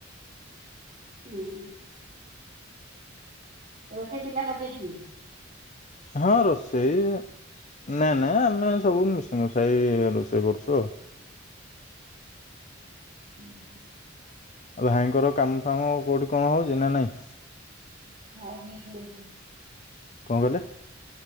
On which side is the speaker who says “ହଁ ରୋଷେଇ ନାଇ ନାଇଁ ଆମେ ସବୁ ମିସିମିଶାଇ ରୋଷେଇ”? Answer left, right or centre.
Left